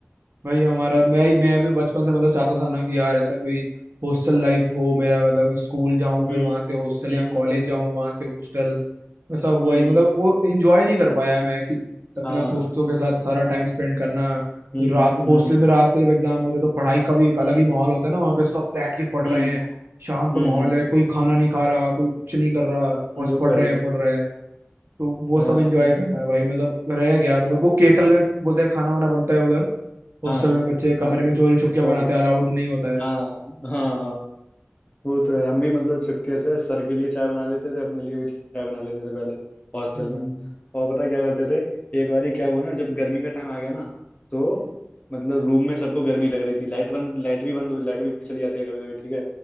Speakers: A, on the right; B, on the left.
A: भाई हमारा मैं मैं भी बचपन से मतलब चाहता था ना कि यार ऐसा कोई हॉस्टल लाइफ हो मेरा मतलब कि स्कूल जाऊं फिर
B: हम्म
A: वहां से हॉस्टल
B: हम्म
A: या कॉलेज जाऊं वहां से हॉस्टल वैसा हुआ
B: हम्म
A: ही मतलब वो एंजॉय नहीं कर पाया मैं कि अपना
B: हाँ
A: दोस्तों के साथ सारा टाइम स्पेंड करना
B: हम्म
A: फिर रात हॉस्टल
B: हम्म
A: में रात को जब एग्जाम होते हैं तो पढ़ाई का भी एक अलग
B: हम्म
A: ही माहौल होता है ना वहाँ पे सब बैठ के पढ़
B: हम्म
A: रहे हैं शांत
B: हम्म
A: माहौल
B: हम्म,
A: है कोई खाना नहीं खा रहा कोई कुछ नहीं कर रहा बस
B: वो
A: पढ़
B: तो है
A: रहे
B: ही
A: हैं
B: है
A: पढ़ रहे हैं तो वो
B: हाँ
A: सब एंजॉय
B: हाँ
A: करना है भाई मतलब रह गया मतलब वो केटल में बोलते हैं खाना वाना बनता है उधर हॉस्टल
B: हाँ
A: में बच्चे कमरे
B: हाँ,
A: में चोरी छुपके बनाते
B: और क्या
A: हैं अलाउड नहीं होता है
B: हाँ हाँ वो तो है हम भी मतलब छिपके से सर के लिए चाय बना लेते थे अपने लिए भी चाय बना लेते थे पहले हॉस्टल
A: हम्म
B: में और पता है क्या करते थे एक बार क्या हुआ ना जब गर्मी का टाइम आ गया ना तो मतलब रूम में सबको गर्मी लग रही थी लाइट बंद लाइट भी बंद हुई लाइट भी चली जाती है कभी कभी ठीक है